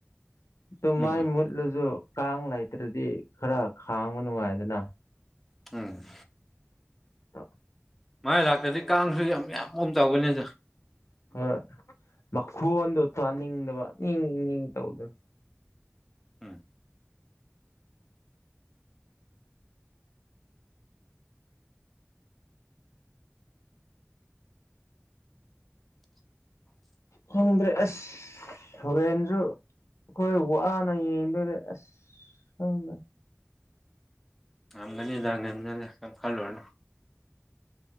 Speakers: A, on the left; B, in the centre.
A: ꯑꯗꯨ ꯃꯥꯏ
B: ꯎꯝ
A: ꯃꯨꯠ ꯑꯗꯨꯖꯨ ꯀꯥꯡ ꯂꯩꯇ꯭ꯔꯗꯤ ꯈꯔ ꯈꯥꯡꯕ ꯅꯨꯡꯉꯥꯏꯗꯅ
B: ꯎꯝ
A: ꯇ
B: ꯃꯥꯏ ꯂꯥꯛꯇꯗꯤ ꯀꯥꯡꯁꯨ ꯌꯥꯝ ꯌꯥꯝꯕꯒꯨꯝ ꯇꯧꯕꯅꯤꯗ
A: ꯍꯣꯏ ꯃꯈꯣꯟꯗꯣ ꯇꯥꯅꯤꯡꯗꯕ ꯅꯤꯡ ꯅꯤꯡ ꯅꯤꯡ ꯇꯧꯕꯗꯣ
B: ꯎꯝ <inaudible>
A: ꯈꯪꯗ꯭ꯔꯦ ꯑꯁ ꯍꯣꯔꯦꯟꯖꯨ ꯑꯩꯈꯣꯏ ꯋꯥꯅ ꯌꯦꯡꯗꯣꯏꯅꯦ ꯑꯁ ꯈꯪꯗ꯭ꯔꯦ
B: ꯉꯝꯒꯅꯤꯗ ꯉꯝꯅꯅ ꯀꯩꯝ ꯈꯜꯂꯨꯔꯅ